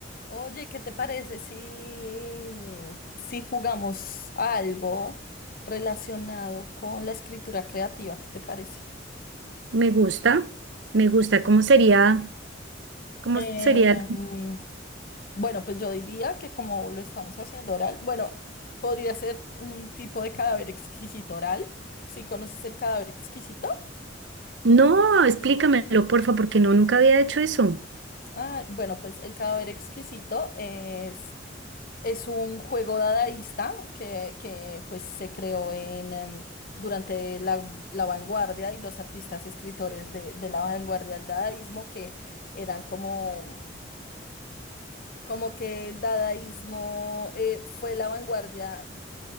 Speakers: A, on the left; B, on the right.
A: Oye, ¿qué te parece si, mm, si jugamos a algo relacionado con la escritura creativa? ¿Qué te parece?
B: Me gusta, me gusta. ¿Cómo sería? ¿Cómo
A: Eh,
B: sería?
A: mm, bueno, pues yo diría que como lo estamos haciendo oral, bueno, podría ser un tipo de cadáver exquisito oral. ¿Sí conoces el cadáver exquisito?
B: No, explícamelo, porfa, porque no, nunca había hecho eso.
A: Ah, bueno, pues El cadáver exquisito es, es un juego dadaísta que, que, pues se creó en, em, durante la, la vanguardia y los artistas escritores de, de la vanguardia del dadaísmo que eran como como que dadaísmo eh, fue la vanguardia